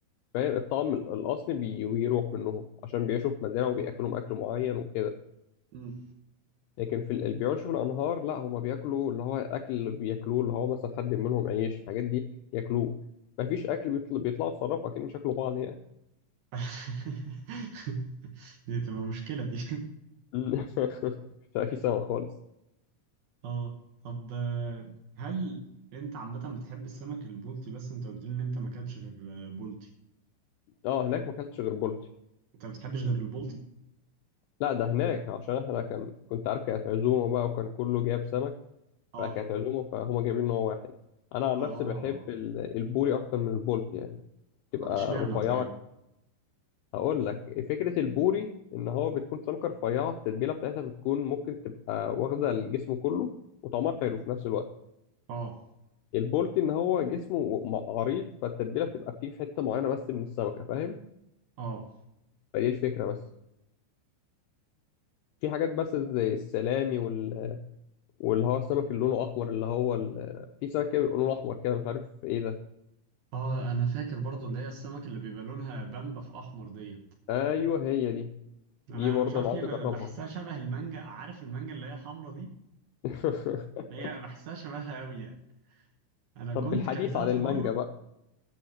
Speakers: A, on the left; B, on the right.
A: فاهم الطعم ال- الأصلي بي... بيروح منهم عشان بيعيشوا في مزارع وبيأكلهم أكل معين وكده
B: مم.
A: لكن في ال... اللي بيعيشوا في الأنهار لا هما بياكلوا اللي هو الأكل اللي بياكلوه اللي هو مثلا حد منهم عيش الحاجات دي ياكلوه مفيش أكل بيطل... بيطلعوا يتصرفوا أكيد مش ياكلوا بعض يعني
B: <laughs> دي تبقى مشكلة دي <laughs>
A: امم <laughs> مش عارف في سمك خالص
B: اه طب آه، هل انت عامة بتحب السمك البلطي بس انت قلت لي ان انت ما اكلتش غير آه، بلطي
A: اه هناك ما أكلتش غير بولتي
B: انت ما بتحبش غير البلطي
A: لا ده هناك عشان احنا كان كنت عارف كانت عزومة بقى وكان كله جايب سمك
B: اه
A: فكانت عزومة فهم جايبين نوع واحد أنا
B: اه
A: عن نفسي بحب ال- البوري أكتر من البولت يعني تبقى
B: طب اشمعنى
A: رفيعة
B: طيب
A: هقول لك فكرة البوري إن هو بتكون سمكة رفيعة التتبيلة بتاعتها بتكون ممكن تبقى واخدة الجسم كله وطعمها حلو في نفس الوقت
B: اه
A: البولت إن هو جسمه م- عريض فالتتبيلة بتبقى بتيجي في حتة معينة بس من السمكة فاهم
B: اه
A: فدي الفكرة بس في حاجات بس زي السلامي وال... واللي هو السمك اللي لونه أحمر اللي هو ال... في سمك كده بيبقى لونه أحمر كده مش عارف إيه ده
B: اه انا فاكر برضو اللي هي السمك اللي بيبقى لونها بامبا في احمر ديت
A: أيوه هي دي
B: انا
A: دي برضه
B: انا مش عارف
A: انا عاوز
B: ليه ب-
A: اجربها
B: بحسها شبه المانجا عارف المانجا اللي هي الحمرا دي
A: <laughs>
B: هي بحسها شبهها قوي يعني انا
A: طب
B: كنت
A: بالحديث
B: كلتها
A: عن
B: في
A: المانجا
B: مره
A: بقى